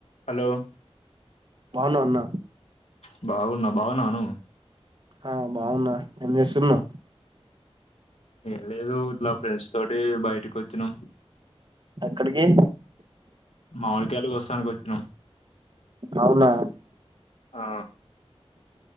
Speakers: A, on the left (about 80°); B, on the right (about 50°).
A: Hello
B: బాగున్నా అన్నా
A: అ బాగున్నా బాగున్నాను
B: ఆ బాగున్నా ఏం చేస్తున్నా
A: ఏం లేదులా ఫ్రెండ్స్ తోటి బయటకి వచ్చినం
B: ఎక్కడికి
A: మామిడిగాయలుకి వస్తానికి వచ్చినాం
B: అవునా
A: ఆ